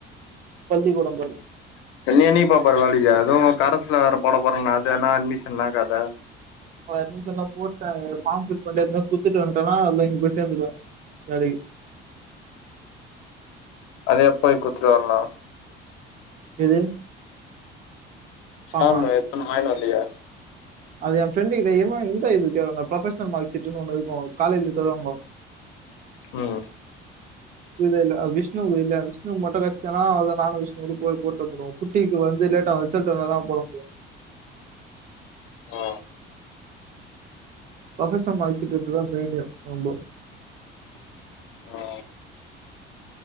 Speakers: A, on the right; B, on the left.
A: பள்ளிக்கூடம்
B: நீ என்னக்கிபா பரவாலியே அது கரஸ்ல வேற போட போறன்ன அது என்னா அட்மிஷன் என்னா கத
A: அட்மிஷன்லா போட்டாங்க பாம் பில் பண்ணி <unintelligible> குத்துட்டு வன்டேனா <unintelligible> அங்க போய் சேந்துபே வேலக்கி
B: அது எப் போய் குத்துட்டு வரனு
A: எது ஃபார்மா
B: ஆமா எத்த ந வாயினுவல்லையா
A: அது என் ப்ரெண்டு <unintelligible> இந்த இது ப்ரொபஷ்னல் மார்க் சீட்டுனு ஒன்னு இருக்கு காலேஜ்ல தருவாங்கொ
B: ம்
A: இது இல்ல அ விஷ்ணு இல்ல விஷ்ணு மொட்ட காட்சிச்சலா அத நானு விஷ்ணுக்கு போயி போட்டு வந்துடுவோ குட்டிக்கு வந்து லேட்டா ரிசல்ட் வந்ததா போட முடியு
B: ஓ
A: ப்ரொபஷ்னல் மார்க்சீட் எடுத்துதா பே பே போம் போ
B: ஆ